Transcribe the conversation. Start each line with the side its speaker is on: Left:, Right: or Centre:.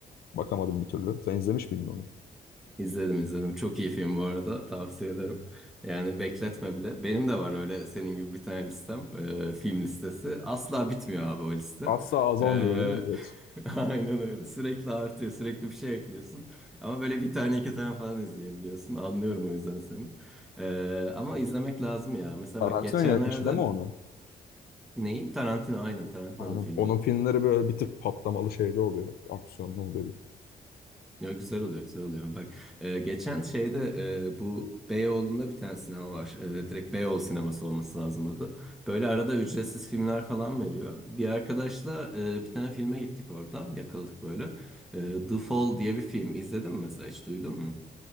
Left: bakamadım bir türlü. Sen izlemiş miydin onu?
Centre: İzledim izledim. Çok iyi film bu arada. Tavsiye ederim. Yani bekletme bile. Benim de var öyle senin gibi bir tane listem. Ee, film listesi. Asla bitmiyor abi o liste.
Left: Asla azalmıyor
Centre: Ee,
Left: değil mi? Evet.
Centre: <laughs> aynen öyle. Sürekli artıyor. Sürekli bir şey ekliyorsun. Ama böyle bir tane iki tane falan izleyebiliyorsun. Anlıyorum o yüzden seni. Ee, ama izlemek lazım ya. Mesela
Left: Tarantino
Centre: bak geçenlerde
Left: yönetmişti değil mi onu?
Centre: neyi? Tarantino aynen Tarantino'nun
Left: Aynen.
Centre: filmi.
Left: Onun filmleri böyle bir tık patlamalı şeyde oluyor. Aksiyonlu oluyor.
Centre: Ya güzel oluyor, güzel oluyor. Bak, e, geçen şeyde e, bu Beyoğlu'nda bir tane sinema var. E, direkt Beyoğlu sineması olması lazım adı. Böyle arada ücretsiz filmler falan veriyor. Bir arkadaşla e, bir tane filme gittik orada. Yakaladık böyle. E, The Fall diye bir film. İzledin mi mesela hiç duydun mu?